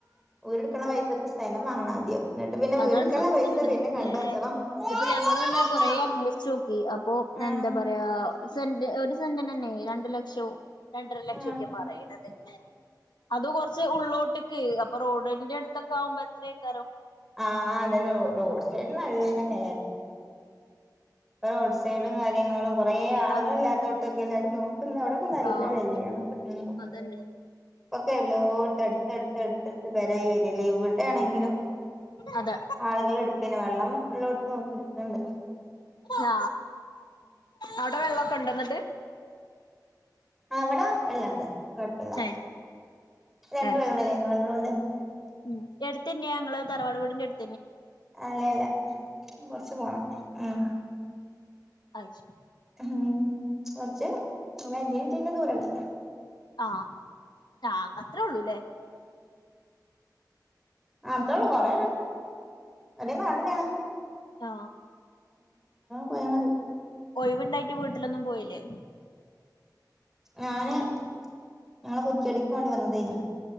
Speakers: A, in the centre; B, on the left (about 80°).
A: ര്ടുക്കണ പൈസൊക്കെ സ്ഥലം വാങ്ങണ ആദ്യം എന്നിട്ട് പിന്നെ വീടെടുക്കാനുള്ള
B: അതാണ് സത്യമാണ്
A: പൈസ പിന്നെ കണ്ടെത്തണം
B: ഏർ ഇപ്പൊ ഞങ്ങളല്ല കൊറ അന്വേഷിച്ചു അപ്പൊ
A: ഉം
B: എന്താ പറയാ സെന്റ് ഒരു സെന്റിന തന്നെ രണ്ടു ലക്ഷം രണ്ടര ലക്ഷംൊക്കെ
A: ഉം ഉം
B: പറയണത് അത് കൊറച്ച് ഉള്ളോട്ടക്ക് റോഡൻന്റെ അടുത്ത ആകുമ്പോൾ എത്രക്കോ
A: ആ അതന്നെ റോഡ് സൈഡിൻ നല്ല വെല ഇപ്പൊ റോഡ്സൈഡും കാര്യങ്ങളും കുറെ ആളുകൾ
B: ആഹ്
A: ഇല്ലാത്തോടത്തൊക്കെ എല്ലാരും നോക്കുന്ന അവിടക്കെ നല്ല
B: ആഹ്
A: വിലയാണ് ഉം
B: അതന്നെ
A: പക്കെല്ല് ഓട്ട് അടുത്ത്ടുത്ത് അടുത്ത്ടുത്ത് പേരായി വരും ഇല്ല ഇവിടെ ആണെങ്കിലും
B: അതെ
A: ആളുകൾ എടുക്കന് വെള്ളം <unintelligible> നോക്കടുക്കണ്ട്
B: ആ അവിടെ വെള്ളോക്കെ ഇണ്ട് എന്നിട്ട്
A: ആ ഇവിടെ വെള്ളാണ്ട് കുഴപ്പില്ല
B: ഏഹ്
A: രണ്ട്
B: ഏഹ്
A: വെള്ളുണ്ട്
B: ശരി
A: ലൈൻ വെള്ളോണ്ട്
B: ഉം എടുത്തന്നെയാ ഞങ്ങള് തറവാടുവീടിന്റെടു
A: അല്ലല്ല കുറച്ച് പോണം ഉം
B: ആയിശേരി
A: ഉം കുറച്ച് ഒരു അഞ്ചിന്റിന്റെ ദൂരോണ്ട്
B: ആ ചാത്ര അത്രേയുള്ളൂല്ലേ
A: അ അത്രേ ഉള്ളൂ കൊറേങ്ങ് ഒരേ നാട് തന്നെ ആണ്
B: ആ
A: പോയാ മതി
B: ഒഴിവുണ്ടായിട്ട് വീട്ടിലൊന്നും പോയില്ലേ
A: ഞാന് ഞങ്ങളെ കുറ്റിയടിക്കു വേണ്ടി വന്നതേനു